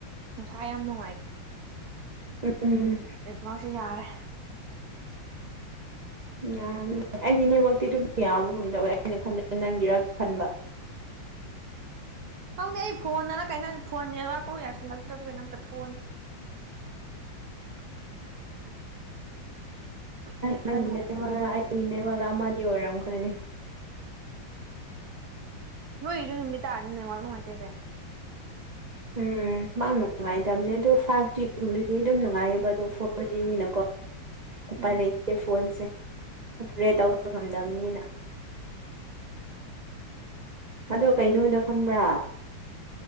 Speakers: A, on the right; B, on the right.
A: ꯅꯨꯡꯁꯥꯏ ꯌꯥꯝ ꯅꯨꯡꯉꯥꯏ
B: ꯎꯝ
A: ꯏꯐꯥꯎꯁꯦ ꯌꯥꯔꯦ
B: ꯌꯥ ꯑꯩꯒꯤꯅꯦꯕꯛꯇꯤ ꯑꯗꯨꯝ ꯌꯥꯕꯒꯨꯝ ꯇꯧꯋꯦ ꯑꯩꯅ ꯈꯟꯕꯗ ꯅꯪꯒꯤꯔ ꯈꯟꯕ <inaudible>
A: ꯍꯪꯗꯦ ꯑꯩ ꯐꯣꯟꯗꯅ ꯀꯩꯅꯣ ꯐꯣꯟ ꯅꯦꯠꯋꯥꯛꯐꯧ ꯌꯥꯁꯜꯂꯛꯇ꯭ꯔꯕ ꯀꯩꯅꯣꯝꯇ ꯐꯣꯟꯁꯦ ꯅꯦꯠ
B: ꯅꯪꯒꯤ
A: ꯈꯔ ꯅꯨꯡꯉꯥꯏꯇꯝ
B: ꯅꯔꯥ ꯑꯩꯒꯤ ꯅꯦꯕꯒꯥ ꯑꯃꯗꯤ ꯑꯣꯏꯔꯝꯈ꯭ꯔꯅꯦ
A: ꯅꯣꯏ ꯏꯁꯨ ꯅꯨꯃꯤ ꯇꯅꯤ ꯅ ꯃꯥꯅ ꯃꯥꯇꯤ ꯇꯥꯏꯦ
B: ꯎꯝ ꯃꯍꯥꯛ ꯅꯨꯡꯉꯥꯏꯇꯕꯅꯦ ꯑꯗꯨꯗꯣ ꯐꯥꯏꯚ ꯖꯤꯒꯨꯝꯕꯗꯤ ꯑꯗꯨꯝ ꯅꯨꯡꯉꯥꯏꯌꯦꯕ ꯑꯗꯣ ꯐꯣꯔ ꯖꯤꯅꯤꯅꯀꯣ ꯎꯄꯥꯏ
A: ꯎꯝ
B: ꯂꯩꯇꯦ ꯐꯣꯟꯁꯦ ꯑꯣꯄꯔꯦꯠ ꯇꯧꯕ ꯉꯝꯗꯕꯅꯤꯅ ꯑꯗꯣ ꯀꯩꯅꯣꯗꯣ ꯈꯪꯕ꯭ꯔꯥ